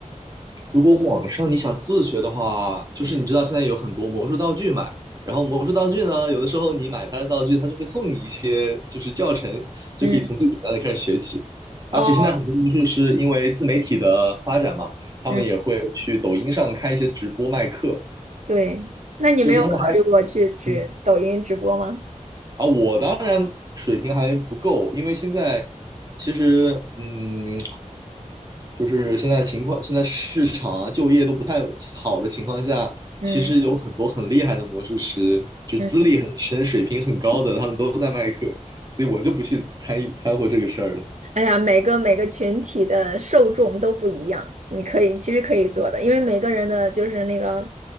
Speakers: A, on the right; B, on the right.
A: 如果网上你想自学的话，就是你知道现在有很多魔术道具买，
B: 嗯
A: 然后魔术道具呢，有的时候你买它的道具，它就会送你一些就是教程，就可以从最简单的开始学起。
B: 嗯。哦，
A: 而且现在很多魔术师因为自媒体的发展嘛，他们也会去抖音上开一些直播卖课，
B: 嗯，对，那你没有考虑过去直抖音直播吗？
A: 就是他们还嗯啊，我当然水平还不够，因为现在其实，嗯，就是现在情况，现在市场啊、就业都不太好的情况下，
B: 嗯
A: 其实有很多很厉害的魔术师，就资历很深、
B: 嗯，
A: 水平很高的，他们都在卖课，所以我就不去参与掺和这个事儿了。
B: 哎呀，每个每个群体的受众都不一样，你可以其实可以做的，因为每个人的就是那个